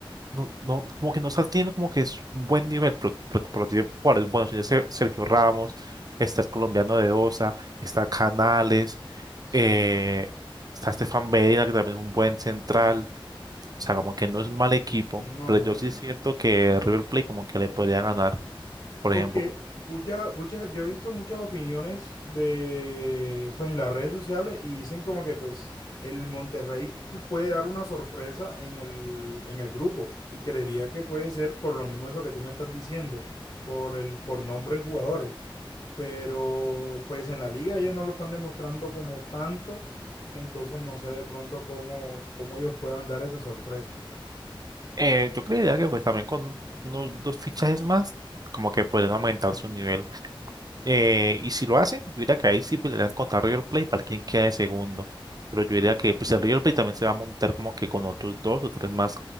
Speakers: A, on the right; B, on the left.
A: no, no- como que no está teniendo como que es un buen nivel, pero, pero, pero tiene jugadores buenos, tiene Ser- Sergio Ramos, está el colombiano de Osa, está Canales,
B: Sí,
A: eh, está Estefan Medina, que también es un buen central, o sea, como que no es un mal equipo,
B: no,
A: pero
B: no,
A: yo
B: no,
A: sí
B: no.
A: siento
B: no.
A: que River Plate como que le podría ganar. Por
B: Porque
A: ejemplo,
B: muchas, muchas, yo he visto muchas opiniones de, pues en las redes sociales y dicen como que pues el Monterrey puede dar una sorpresa en el, en el grupo y creería que puede ser por lo mismo eso que tú me estás diciendo, por el, por nombre en jugadores. Pero pues en la liga ellos no lo están demostrando como tanto, entonces no sé de pronto cómo, cómo ellos puedan dar esa sorpresa.
A: Eh, yo creería que pues también con unos dos fichajes más, como que pueden aumentar su nivel. Eh, y si lo hacen, yo diría que ahí sí podrían contar River Plate para quien quede segundo. Pero yo diría que pues el River Plate también se va a montar como que con otros dos o tres más